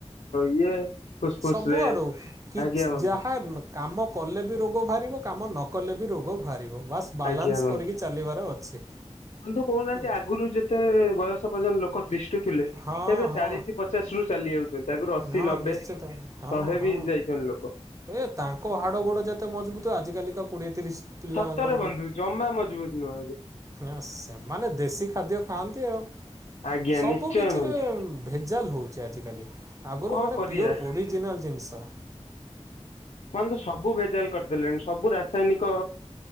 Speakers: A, on the left (about 80°); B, on the right (about 30°).
A: ଇଏ ଫୁସଫୁସ
B: ସବୁଆଡୁ
A: ରେ
B: କିଛି
A: ଆଜ୍ଞା ବନ୍ଧୁ
B: ଯାହା ନ କାମ କଲେ ବି ରୋଗ ବାହାରିବ କାମ ନ କଲେ ବି ରୋଗ ବାହାରିବ ବାସ୍ ବାଲାନ୍ସ
A: ଆଜ୍ଞା ବନ୍ଧୁ।
B: କରିକି ଚାଲିବାର ଅଛି।
A: ବନ୍ଧୁ କହୁନାହାନ୍ତି
B: ହେଲା
A: ଆଗରୁ ଯେତେ ବୟସ ପର୍ଯ୍ୟନ୍ତ ଲୋକ ତିଠୁ ଥିଲେ
B: ହଁ
A: ଏବେ
B: ହଁ
A: ଚାଳିଶ ପଚାଶ ରୁ ଚାଲି ଯାଉଛନ୍ତି ତାଗରୁ ଅଶି
B: ହଁ
A: ନବେ
B: ନିଶ୍ଚିତ ହଁ
A: ଶହେ
B: ହଁ
A: ବି ଯାଇଛନ୍ତି ଲୋକ।
B: ଏ ତାଙ୍କ ହାଡ଼ ଗୋଡ ଯେତେ ମଜବୁତ ଆଜିକାଲିକା କୋଡିଏ ତିରିଶ ପିଲାଙ୍କର
A: ସତରେ ବନ୍ଧୁ ଜମା ମଜବୁତ ନୁହେଁ ଏବେ।
B: ନା ସେମାନେ ଦେଶୀ ଖାଦ୍ୟ ଖାଆନ୍ତି ଆଉ,
A: ଆଜ୍ଞା
B: ସବୁକଛିରେ
A: ନିଶ୍ଚୟ ବନ୍ଧୁ।
B: ଭେଜାଲ ହେଉଛି ଆଜିକାଲି ଆଗରୁ
A: କଣ
B: ମାନେ
A: କରିବା
B: ପିଓର୍ ଓରିଜିନାଲ୍ ଜିନିଷ
A: ମହେ ତ ସବୁ ଭେଜାଲ କରିଦେଲେଣି, ସବୁ ରାସାୟନିକ